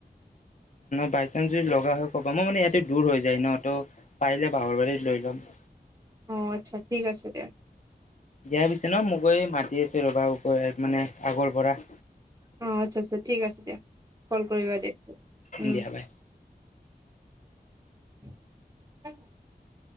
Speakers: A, on the left; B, on the right.
A: বাই চান্ঞ্চ যদি লগা হয় ক'বা মই মানে ইয়াতে দূৰ হৈ যায় ন ত পাৰিলে বাহৰবাৰীত লৈ যাম।
B: অ আচ্ছা ঠিক আছে দিয়া
A: দিয়া পিছে ন মই গৈ মাতি আছো ৰবা ক মানে আগৰ পৰা
B: অ আচ্ছা আচ্ছা ঠিক আছে দিয়া কল কৰিবা দিয়া পিছত উম
A: দিয়া বাই।
B: <inaudible>